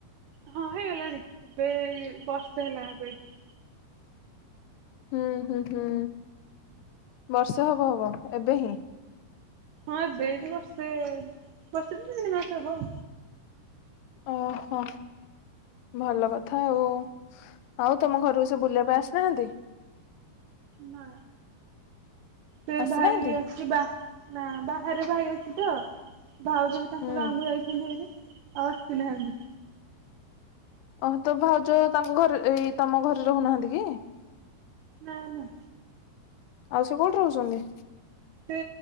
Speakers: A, on the right; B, on the left.
A: ହଁ ହେଇଗଲାଣି ଏବେ ବର୍ଷେ ହେଲା ଏବେ ଏଠି।
B: ହୁଁ ହୁଁ ହୁଁ ବର୍ଷେ ହବ ହବ ଏବେ ହିଁ।
A: ହଁ ଏବେ ଏଇଠି ବର୍ଷେ ବର୍ଷେ ଧେଢ଼ ମାସ ହବ।
B: ଓହୋ। ଭଲ କଥା ଆଉ ଆଉ ତମ ଘରକୁ ସେ ବୁଲିବା ପାଇଁ ଆସୁନାହାନ୍ତି।
A: ନା। ସେ
B: ଆସିନାହାନ୍ତି?
A: ଭାଇ ଅଛି ବା ନା ବାହାରେ ଭାଇ ଅଛି ତ। ଭାଉଜ ବି ତାଙ୍କ
B: ହୁଁ
A: ଗାଁକୁ ଯାଇଛନ୍ତି ଏବେ ଆଉ ଆସିନାହାନ୍ତି।
B: ଓହୋ ତୋ ଭାଉଜ ତାଙ୍କ ଘରେ ଏଇ ତମ ଘରେ ରହୁନାହାନ୍ତି କି?
A: ନା ନା।
B: ଆଉ ସେ କୋଉଠି ରହୁଛନ୍ତି?
A: ସେ